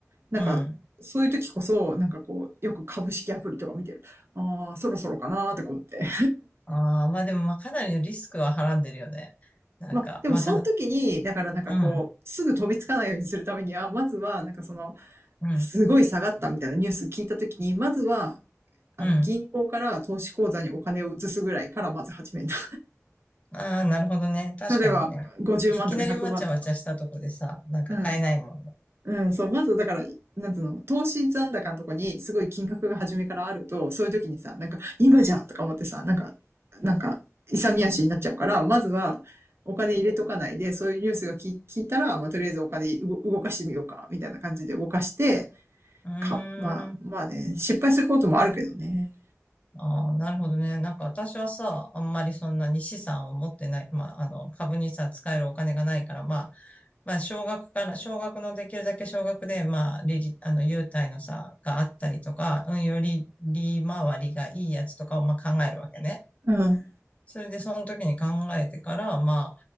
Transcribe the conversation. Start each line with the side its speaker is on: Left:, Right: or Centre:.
Right: なんかそういう時こそ、
Left: うん。
Right: なんかこう、よく株式アプリとか見てる。ああ、そろそろかなーとか思って。
Left: ああ、まあでもまあかなりのリスクははらんでるよね。
Right: <laughs>
Left: なんか、
Right: まあ、でもその時に、
Left: また、
Right: だからなんかこう、
Left: うん、
Right: すぐ飛びつかないようにするためには、まずは、なんかその、
Left: うん、
Right: すごい下がったみたいなニュース聞いた時に、まずは、あの、
Left: うん。
Right: 銀行から投資口座にお金を移すぐらいからまず始めた。
Left: ああ、なるほどね。
Right: <laughs>
Left: 確かにね。
Right: 例えば、50万とか100万とか。
Left: いきなりわちゃわちゃしたとこでさ、なんか買えないもんね。
Right: うん。うん、そう、まずだから、なんつうの、投資残高のとこにすごい金額が初めからあると、そういう時にさ、なんか、今じゃんとか思ってさ、なんか、なんか、勇み足になっちゃうから、
Left: うん、
Right: まずは、お金入れとかないで、そういうニュースが聞聞いたら、まあ、とりあえずお金動動かしてみようか、みたいな感じで動かして、
Left: うん。
Right: か、まあ、
Left: うーん
Right: まあね、失敗することもあるけどね。
Left: ああ、なるほどね。なんか私はさ、あんまりそんなに資産を持ってない、まあ、あの、株にさ、使えるお金がないから、まあ、まあ、少額から、少額のできるだけ少額で、まあ、利率、あの、優待のさ、があったりとか、うん、より利回りがいいやつとかを、まあ、考えるわけね。
Right: うん。
Left: それで、その時に考えてから、ま